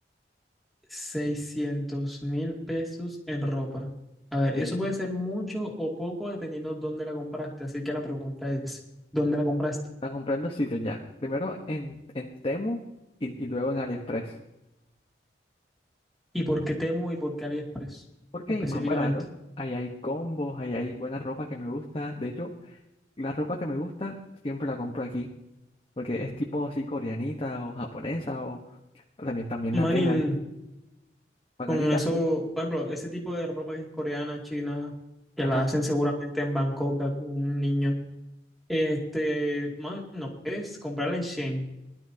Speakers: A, in the centre; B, on the left.
A: seiscientos mil pesos en ropa. A ver, eso
B: Sí.
A: puede ser mucho o poco dependiendo dónde la compraste. Así que la pregunta es, ¿dónde la compraste?
B: La compré en dos sitios ya. Primero en, en Temu y, y luego en AliExpress.
A: ¿Y por qué Temu y por qué AliExpress
B: Porque
A: específicamente?
B: es más barato. Ahí hay combos, ahí hay buena ropa que me gusta. De hecho, la ropa que me gusta siempre la compro aquí. Porque es tipo así coreanita o japonesa o también, también la
A: Manin,
B: tela es bacanita.
A: con eso, por ejemplo, ese tipo de ropa que es coreana, china, que
B: Ajá.
A: la hacen seguramente en Bangkok algún niño. Este, man, no puedes comprarla en Shein.